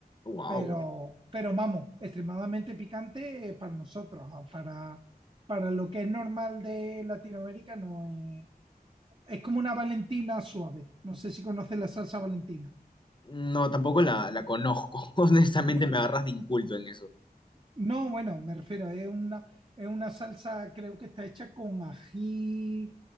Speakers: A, on the left (about 30°); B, on the right (about 30°).
A: Wow.
B: Pero, pero vamos, extremadamente picante eh, para nosotros, ah, para, para lo que es normal de Latinoamérica no es... Es como una Valentina suave. No sé si conoces la salsa Valentina.
A: No, tampoco la, la conozco. <laughs> Honestamente,
B: Bueno,
A: me agarras de inculto en eso.
B: No, bueno, me refiero, es una, es una salsa, creo que está hecha con ají,